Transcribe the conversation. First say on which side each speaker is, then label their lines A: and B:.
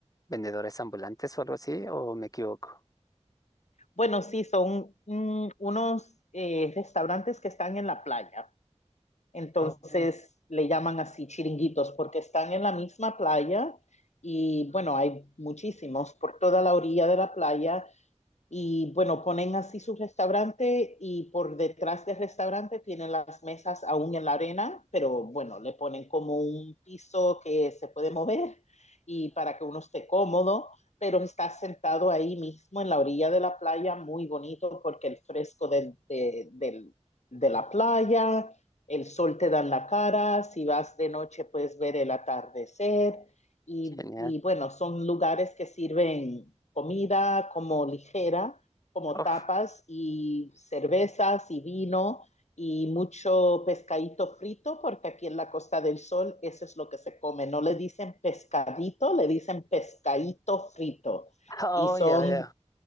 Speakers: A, on the left; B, on the left.
A: vendedores ambulantes o algo así? ¿O me equivoco?
B: Bueno, sí, son mm, unos eh, restaurantes que están en la playa. Entonces
A: Oh,
B: le llaman así chiringuitos porque están en la misma playa y bueno, hay muchísimos por toda la orilla de la playa Y bueno, ponen así su restaurante y por detrás del restaurante tienen las mesas aún en la arena, pero bueno, le ponen como un piso que se puede mover y para que uno esté cómodo, pero está sentado ahí mismo en la orilla de la playa, muy bonito porque el fresco del, de, del, de la playa, el sol te da en la cara, si vas de noche puedes ver el atardecer y,
A: genial.
B: y bueno, son lugares que sirven comida como ligera, como
A: Oh,
B: tapas y cervezas y vino y mucho pescadito frito, porque aquí en la Costa del Sol eso es lo que se come. No le dicen pescadito, le dicen pescadito frito.
A: oh,
B: Y son
A: ya veo.